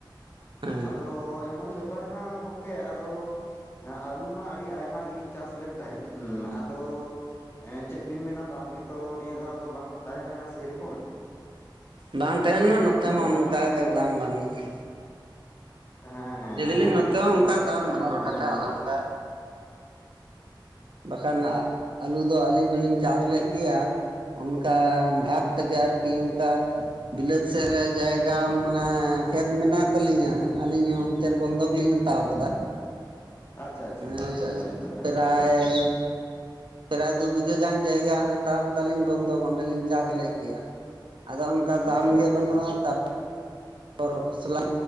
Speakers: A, on the right; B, on the left.
A: ᱦᱮᱸ
B: ᱟᱫᱚ ᱮᱢᱚᱱ ᱵᱮᱯᱟᱨᱮᱱᱟ ᱜᱚᱝᱠᱮ ᱟᱫᱚ ᱦᱮᱸ ᱟᱹᱞᱩ ᱢᱟ ᱟᱹᱰᱤ ᱟᱭᱢᱟ ᱜᱮᱞᱤᱧ ᱪᱟᱥ ᱞᱮᱱ ᱛᱟᱦᱮᱸᱫ, ᱩᱸᱻ ᱟᱫᱚ ᱮᱸᱻ, ᱪᱮᱫ ᱵᱤᱱ ᱢᱮᱱᱟ ᱫᱟᱢ ᱜᱮᱛᱚ ᱱᱤᱭᱟᱹ ᱫᱷᱟᱣ ᱫᱚ ᱵᱟᱝ ᱛᱟᱦᱮᱸ ᱞᱮᱱᱟ ᱥᱮᱨᱚᱠᱚᱢ᱾
A: ᱵᱟᱝ ᱛᱟᱦᱮᱸ ᱞᱮᱱᱟ ᱱᱚᱛᱮ
B: ᱱᱤᱭᱟᱹ
A: ᱦᱚᱸ
B: ᱫᱷᱟᱣ
A: ᱚᱱᱠᱟᱜ
B: ᱢᱟ ᱚᱱᱮ
A: ᱜᱮ
B: ᱫᱚᱥ
A: ᱫᱟᱢ ᱵᱟᱹᱱᱩᱜ-ᱟ᱾
B: ᱦᱮᱸ ᱦᱮᱸ
A: ᱫᱟᱞᱤᱧ
B: ᱫᱚᱥ
A: ᱱᱚᱛᱮ
B: ᱴᱟᱠᱟ,
A: ᱦᱚᱸ
B: ᱵᱟᱨᱚ
A: ᱚᱱᱠᱟ
B: ᱴᱟᱠᱟ
A: ᱫᱟᱢ ᱵᱟᱹᱱᱩᱜᱼᱟ
B: ᱚᱱᱮ ᱚᱝᱠᱟ
A: ᱟᱹᱞᱩ ᱫᱚ᱾ ᱵᱟᱠᱷᱟᱱ ᱟᱹᱞᱩ ᱫᱚ ᱟᱹᱞᱤᱧ ᱦᱚᱸᱞᱤᱧ ᱪᱟᱥ ᱞᱮᱫ ᱜᱮᱭᱟ᱾ ᱚᱱᱠᱟ ᱵᱷᱟᱜᱽ ᱛᱮᱜᱮ ᱟᱨᱠᱤ, ᱚᱱᱠᱟ ᱵᱤᱞᱟᱹᱛ ᱥᱮᱫ ᱨᱮ ᱡᱟᱭᱜᱟ ᱢᱟᱱᱮ ᱠᱷᱮᱛ ᱢᱮᱱᱟᱜ ᱛᱟᱹᱞᱤᱧᱟ, ᱟᱹᱞᱤᱧ ᱦᱚᱸ ᱚᱱᱛᱮ ᱨᱮ ᱵᱚᱱᱫᱷᱚᱠ ᱞᱤᱧ ᱦᱟᱛᱟᱣ ᱠᱟᱫᱟ᱾
B: ᱟᱪᱪᱷᱟ ᱟᱪᱪᱷᱟ
A: ᱦᱮᱸ,
B: ᱟᱪᱪᱷᱟ ᱟᱹᱰᱤ ᱱᱟᱯᱟᱭ
A: ᱯᱨᱟᱭ ᱯᱨᱟᱭ ᱫᱩ ᱵᱤᱜᱷᱟᱹ ᱜᱟᱱ ᱡᱟᱭᱜᱟ ᱦᱟᱛᱟᱣ ᱠᱟᱫᱟᱞᱤᱧ ᱵᱚᱱᱫᱷᱚᱠ ᱚᱸᱰᱮᱞᱤᱧ ᱪᱟᱥ ᱞᱮᱫ ᱜᱮᱭᱟ᱾ ᱟᱫᱚ ᱚᱱᱠᱟ ᱫᱟᱢ
B: ᱟᱪᱪᱷᱟ ᱟᱪᱪᱷᱟ
A: ᱜᱮ
B: ᱟᱪᱪᱷᱟ
A: ᱵᱟᱹᱱᱩᱜᱼᱟ ᱛᱟᱯᱚᱨ <unintelligible> ᱠᱷᱚᱥᱞᱟ,